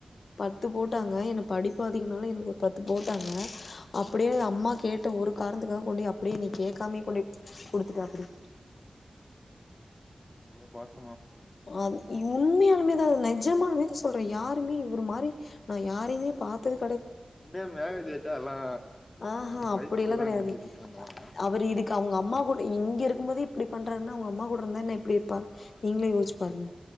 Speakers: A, on the left (about 75°); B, on the left (about 30°).
A: பத்து போட்டாங்க என்ன படி பாத்தீங்கனாலு எனக்கு ஒரு பத்து போட்டாங்க அப்டியே அம்மா கேட் ட ஒரு காரணத்துக்காக கொண்டேய் அப்டியே நீ கேட்காமே கொண்டேய் கொடுத்துட்டாப்டி
B: இவ்ளோ பாஸ்
A: அ உண்மயாலுமே ஏ நெஜமாலுமே தா சொல்றே இப்ப யாருமே இவரு மாரி நா யாரையுமே பாத்த
B: இன்னே மேரேஜ்ய்ட்டா எல்லா
A: ஆஹ்ஹ அப்படியெல்லா
B: ஒய்ஃபுக்கு தா
A: கெடையாது
B: கொஞ்சோ இது பண்ணுவாங்க
A: அவர் இதுக்கு அவங்கம்மா ஆ கூட இங்க இருக்கும் போதே இப்டி பண்றாருன்னா உங்கம்மா கூட இருந்தா இன்னு எப்டி இருப்பாரு நீங்களே யோசிச்சு பாருங்க